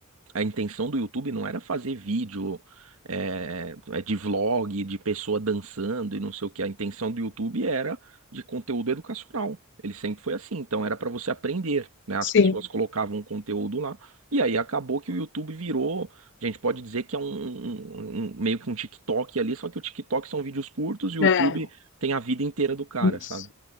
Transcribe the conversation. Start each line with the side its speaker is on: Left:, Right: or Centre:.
Right: a intenção do YouTube não era fazer vídeo é, é, de vlog, de pessoa dançando e não sei o que. A intenção do YouTube era de conteúdo educacional. Ele sempre foi assim. Então era para você aprender, né? As
Left: Sim,
Right: pessoas colocavam um conteúdo lá e aí acabou que o YouTube virou. A gente pode dizer que é um, um- um- meio que um TikTok ali, só que o TikTok são vídeos curtos e o
Left: É,
Right: YouTube tem a vida inteira do cara,
Left: isso,
Right: sabe?